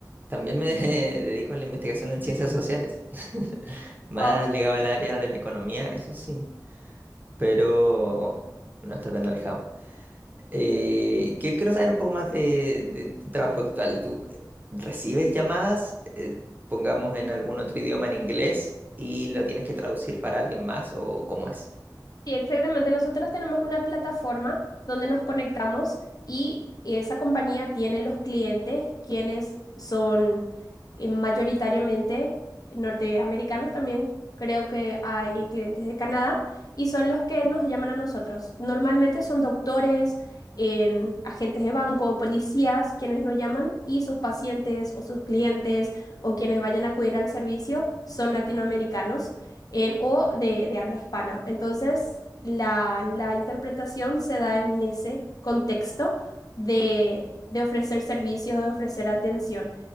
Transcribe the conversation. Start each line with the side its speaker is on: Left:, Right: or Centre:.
Right: También me <laughs> dedico a la investigación en ciencias sociales, <laughs> más
Left: Wow.
Right: ligado al área de la economía, eso sí, pero no está tan alejado. Eh, quiero, quiero saber un poco más de, de tu trabajo actual. ¿Tú recibes llamadas, eh, pongamos en algún otro idioma, en inglés, y lo tienes que traducir para alguien más o cómo es?
Left: Sí, exactamente. Nosotros tenemos una plataforma donde nos conectamos y esa compañía tiene los clientes quienes son eh, mayoritariamente norteamericanos también. Creo que hay clientes de Canadá y son los que nos llaman a nosotros. Normalmente son doctores, en agentes de banco, policías quienes nos llaman y sus pacientes o sus clientes o quienes vayan a acudir al servicio son latinoamericanos en, o de, de habla hispana. Entonces, la, la interpretación se da en ese contexto de, de ofrecer servicios, de ofrecer atención.